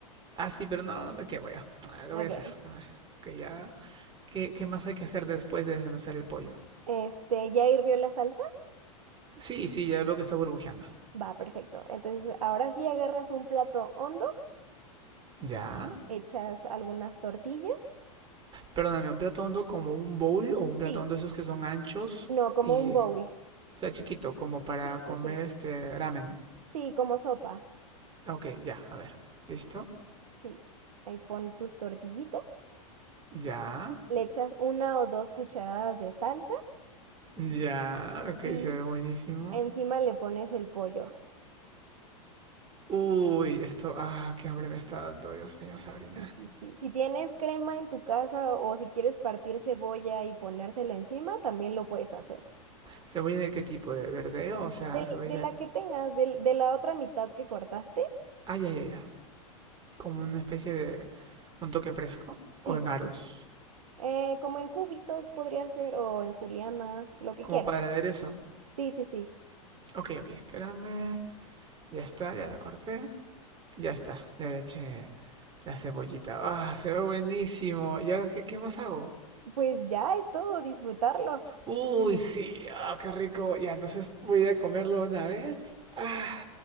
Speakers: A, on the right; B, on the right.
A: Ah, sí, pero no, no me quemo ya. Ah, lo
B: Ok.
A: voy a hacer. de una vez. Ok, ya. ¿Qué, qué más hay que hacer después de desmenuzar el pollo?
B: Este, ¿ya hirvió la salsa?
A: Sí, sí, ya veo que está burbujeando.
B: Va, perfecto. Entonces, ahora sí agarras un plato hondo,
A: Ya.
B: echas algunas tortillas.
A: perdóname, un plato hondo como un bowl o un plato
B: Sí,
A: hondo esos que son anchos
B: no, como
A: y,
B: un bowl.
A: o sea, chiquito, como para
B: Sí, sí,
A: comer
B: sí.
A: este ramen.
B: Sí, como sopa.
A: Ok, ya, a ver, ¿listo?
B: Sí. Ahí pon tus tortillitas,
A: Ya,
B: le echas una o dos cucharadas de salsa
A: ya, ok,
B: y
A: se ve buenísimo.
B: encima le pones el pollo.
A: Uy, esto, ah, qué hambre me está dando, Dios mío, Sabrina.
B: Sí, sí, sí. Si tienes crema en tu casa o si quieres partir cebolla y ponérselo encima, también lo puedes hacer.
A: ¿Cebolla de qué tipo? ¿De verde? O sea,
B: Del-
A: cebolla,
B: De, la que tengas, del- de, la otra mitad que cortaste.
A: ah, ya, ya, ya, como una especie de, un toque fresco
B: Sí,
A: o en
B: sí,
A: aros,
B: sí. Eh, como en cubitos podría ser o en julianas, lo que
A: como
B: quieras.
A: para aderezo.
B: Sí, sí, sí.
A: Ok, ok, espérame, ya está, ya la corté, ya está, ya le eché La cebollita. Ah, se ve buenísimo. ¿Y ahora qué, qué más hago?
B: Pues ya es todo, disfrutarlo.
A: Uy, sí. Ah, qué rico. Ya, entonces voy a ir a comerlo una vez. Ah.